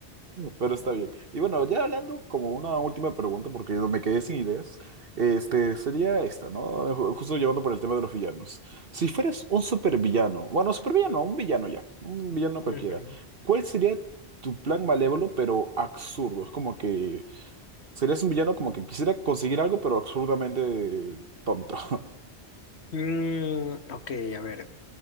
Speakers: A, on the right (about 55°); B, on the left (about 65°).
A: Pero está bien. Y bueno, ya hablando como una última pregunta, porque me quedé sin ideas, este, sería esta, ¿no? Ju- Justo llevando por el tema de los villanos. Si fueras un supervillano, bueno, supervillano, un villano ya, un villano cualquiera,
B: Ujú.
A: ¿cuál sería tu plan malévolo pero absurdo? Es como que serías un villano como que quisiera conseguir algo pero absurdamente tonto. <laughs>
B: Mm, ok, a ver.